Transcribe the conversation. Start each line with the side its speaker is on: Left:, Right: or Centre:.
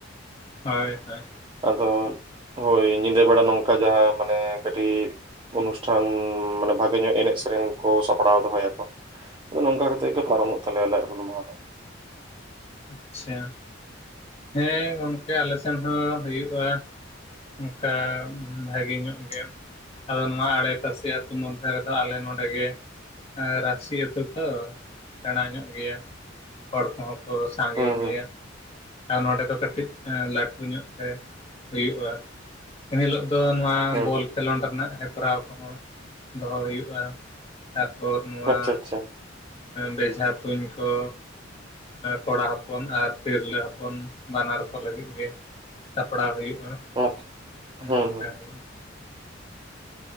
Left: ᱦᱳᱭ ᱦᱳᱭ
Right: ᱟᱫᱚ ᱦᱳᱭ ᱧᱤᱫᱟᱹ ᱵᱮᱲᱟ ᱱᱚᱝᱠᱟ ᱡᱟᱦᱟᱸ ᱢᱟᱱᱮ ᱠᱟᱹᱴᱤᱡ ᱚᱱᱩᱥᱴᱷᱟᱱ ᱢᱟᱱᱮ ᱵᱷᱟᱜᱮ ᱧᱚᱜ ᱮᱱᱮᱡ ᱥᱮᱨᱮᱧ ᱠᱚ ᱥᱟᱯᱲᱟᱣ ᱫᱚᱦᱚᱭᱟ ᱠᱚ ᱱᱚᱝᱠᱟ ᱠᱟ ᱠᱟᱛᱮ ᱜᱮ ᱯᱟᱨᱚᱢᱚᱜ ᱛᱟᱞᱮᱭᱟ ᱟᱞᱮᱭᱟᱜ ᱦᱩᱞ ᱢᱟᱦᱟ ᱫᱚ
Left: ᱟᱪᱪᱷᱟ ᱦᱮᱸ ᱜᱚᱝᱠᱮ ᱟᱞᱮ ᱥᱮᱱ ᱦᱚᱸ ᱦᱩᱭᱩᱜᱼᱟ ᱚᱱᱠᱟ ᱵᱷᱟᱜᱮ ᱧᱚᱜ ᱜᱮ ᱟᱫᱚ ᱱᱚᱣᱟ ᱟᱲᱮ ᱯᱟᱥᱮ ᱟᱹᱛᱩ ᱢᱚᱫᱽᱫᱷᱮ ᱨᱮᱫᱚ ᱟᱞᱮ ᱱᱚᱰᱮ ᱜᱮ ᱟᱨ ᱨᱟᱹᱥᱤ ᱟᱹᱛᱩ ᱛᱚ ᱥᱮᱬᱟ ᱧᱚᱜ ᱜᱮᱭᱟ ᱦᱚᱲ ᱠᱚᱦᱚᱸ ᱠᱚ ᱥᱟᱸᱜᱮ
Right: ᱦᱩᱸ ᱦᱩᱸ
Left: ᱜᱮᱭᱟ ᱟᱨ ᱱᱚᱰᱮ ᱫᱚ ᱠᱟᱹᱴᱤᱡ ᱞᱟᱹᱴᱩ ᱧᱚᱜ ᱛᱮ ᱦᱩᱭᱩᱜᱼᱟ ᱮᱱ ᱦᱤᱞᱳᱜ ᱫᱚ ᱱᱚᱣᱟ
Right: ᱦᱩᱸ
Left: ᱵᱚᱞ ᱠᱷᱮᱞᱳᱰ ᱨᱮᱱᱟᱜ ᱦᱮᱯᱨᱟᱣ ᱠᱚᱦᱚᱸ ᱫᱚᱦᱚ ᱦᱩᱭᱩᱜᱼᱟ ᱛᱟᱯᱚᱨ ᱱᱚᱣᱟ
Right: ᱟᱪᱪᱷᱟ ᱟᱪᱪᱷᱟ
Left: ᱵᱮᱡᱷᱟ ᱛᱩᱧ ᱠᱚ ᱠᱚᱲᱟ ᱦᱚᱯᱚᱱ ᱟᱨ ᱛᱤᱨᱞᱟᱹ ᱦᱚᱯᱚᱱ ᱵᱟᱱᱟᱨ ᱠᱚ ᱞᱟᱹᱜᱤᱫ ᱜᱮ ᱥᱟᱯᱲᱟᱣ ᱦᱩᱭᱩᱜᱼᱟ
Right: ᱦᱩᱸ
Left: ᱚᱱᱠᱟ
Right: ᱦᱩᱸ
Left: ᱦᱩᱭᱩᱜᱼᱟ